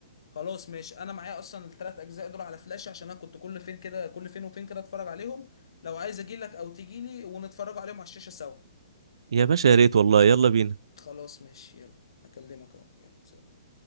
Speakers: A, on the left; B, on the right.
A: خلاص ماشي انا معايا اصلا الثلاث اجزاء دول على فلاش عشان انا كنت كل فين كده كل فين وفين كده اتفرج عليهم لو عايز اجي لك او تجي لي ونتفرج عليهم على الشاشه سوا
B: يا باشا يا ريت والله يلا بينا
A: خلاص ماشي يلا هكلمك اهو يلا سلام.